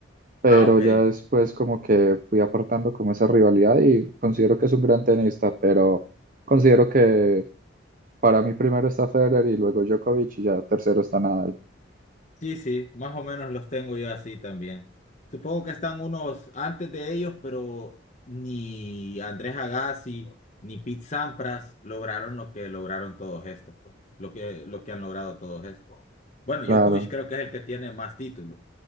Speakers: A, on the right; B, on the left.
A: pero
B: Ah, ok.
A: ya después como que fui apartando como esa rivalidad y considero que es un gran tenista, pero considero que para mí primero está Federer y luego Djokovic y ya tercero está Nadal.
B: Sí, sí, más o menos los tengo yo así también. Supongo que están unos antes de ellos, pero ni Andrés Agassi ni Pete Sampras lograron lo que lograron todos estos, pues, lo que, lo que han logrado todos estos. Bueno,
A: Claro.
B: Djokovic creo que es el que tiene más títulos.